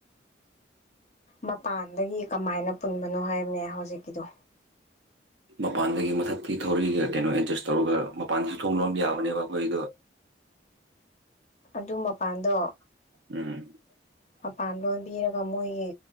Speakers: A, on the left; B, on the right.
A: ꯃꯄꯥꯟꯗꯒꯤ ꯀꯃꯥꯏꯅ ꯄꯨꯟꯕꯅꯣ ꯍꯥꯏꯕꯅꯦ ꯍꯧꯖꯤꯛꯀꯤꯗꯣ
B: ꯃꯄꯥꯟꯗꯒꯤ ꯃꯊꯛꯇꯤ ꯊꯧꯔꯤꯛꯏꯒ ꯀꯩꯅꯣ ꯑꯦꯗꯖꯁ ꯇꯧꯔꯒ ꯃꯄꯥꯟꯗꯁꯨ ꯊꯣꯡ ꯂꯣꯟꯕ ꯌꯥꯕꯅꯦꯕ ꯑꯩꯈꯣꯏꯗꯣ
A: ꯑꯗꯨ ꯃꯄꯥꯟꯗꯣ
B: ꯎꯝ
A: ꯃꯄꯥꯟ ꯂꯣꯟꯕꯤꯔꯒ ꯃꯣꯏꯒꯤ